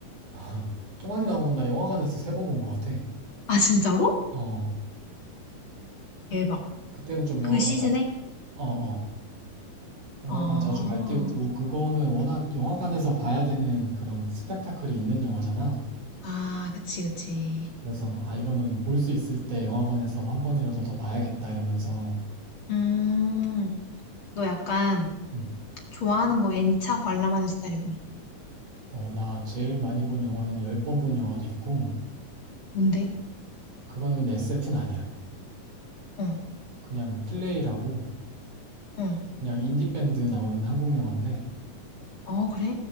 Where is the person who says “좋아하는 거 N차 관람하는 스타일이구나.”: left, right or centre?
Left